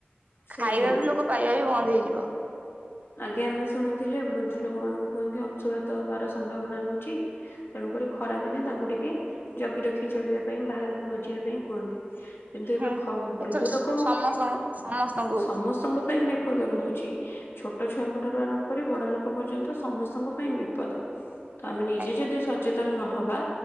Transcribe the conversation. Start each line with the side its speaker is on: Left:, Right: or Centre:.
Left: ସେଇ
Right: ଖାଇବା ବି ଲୋକ ପାଇବା ବି ବନ୍ଦ ହେଇ ବ।
Left: ଆଜ୍ଞା ଆମେ ଶୁଣିଥିଲେ ବୃଦ୍ଧ ଲୋକ ମାନଙ୍କୁ କୁହନ୍ତି ଅଂଶୁଘାତ ହବାର ସମ୍ଭାବନା ରହୁଛି ତେଣୁକରି ଖରା ଦିନେ ତାଙ୍କୁ ଟିକେ ଜଗି ରଖି ଚଳିବା ପାଇଁ ବାହାରକୁ ନ ଯିବା ପାଇଁ କୁହନ୍ତି। କିନ୍ତୁ ଏବେ
Right: ହୁଁ।
Left: ବୃଦ୍ଧ
Right: ଏଥର
Left: ଲୋକ
Right: ସମସ୍ତଙ୍କୁ ସମସ୍ତଙ୍କୁ ହଉଛି
Left: ସମସ୍ତଙ୍କ ପାଇଁ ବିପଦ ରହୁଛି। ଛୋଟ ଛୁଆଙ୍କ ଠାରୁ ଆରମ୍ କରି ବଡ ଲୋକ ପର୍ଯ୍ୟନ୍ତ ସମସ୍ତଙ୍କ ପାଇଁ ବିପଦ। ତ ଆମେ ନିଜେ
Right: ଆଜ୍ଞା
Left: ଯଦି ସଚେ ନହବା